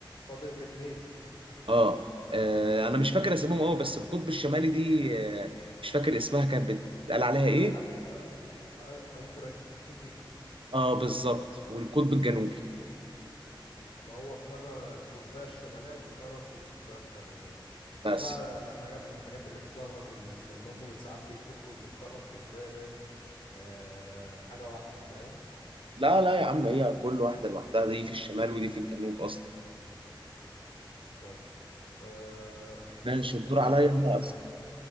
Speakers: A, on the left (about 85°); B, on the right (about 85°).
A: فاضل اتنين
B: اه آه، انا مش فاكر اسمهم قوي بس القطب الشمالي دي آه، مش فاكر اسمها كانت بتتقال عليها ايه
A: ايوه أ- انتاركتيكا
B: اه بالظبط والقطب الجنوبي
A: ما هو القاره القطبيه الشماليه والقاره القطبيه الجنوبيه دي
B: بس
A: بقى حاجه من الحاجات اللي بتلخبط الناس لان هم ساعات بيفتكروا ان القاره القطبيه ديت آه، حاجه واحده فاهم
B: لا لا يا عم هي كل واحده لوحدها دي في الشمال ودي في الجنوب اصلا
A: طيب آه،
B: ماشي
A: انت
B: الدور
A: بقى
B: عليا انا
A: اسأل
B: اصلا